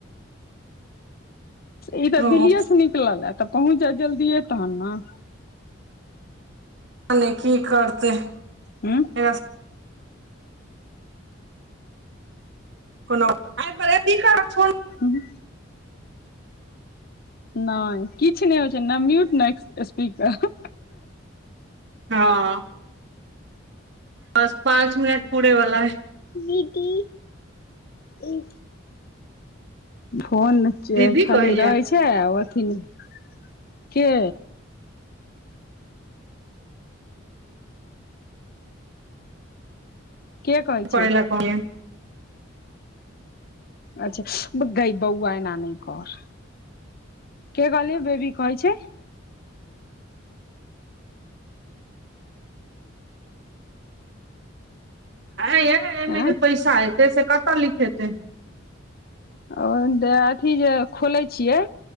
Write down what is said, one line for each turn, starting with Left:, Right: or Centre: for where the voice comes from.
Left: ई तऽ
Right: ओ
Left: दिल्लीसे निकल ह तऽ पहुँच जाय जल्दिए तहन ने।
Right: पता नहि की करतै।
Left: हूँ।
Right: ठीक। कोनो <unintelligible>
Left: हूँ। नहि किछु नहि होइ छै, नहि म्यूट नहि सपीकर
Right: हँ। बस पाँच मिनट पुरे वला है।
Left: दीदी <unintelligible> फोन
Right: दीदी
Left: खाली
Right: कहैया
Left: रहै छै, अथीके के कहै छै
Right: करय लै‌ कहलियें।
Left: अच्छा, गे बौआ न नहि घर। के कहलि बेबी कहै छै?
Right: एहिमे
Left: आँ
Right: जे पैसा एतै से कतऽ लिखेतै।
Left: ओ अथि जे खोले छियै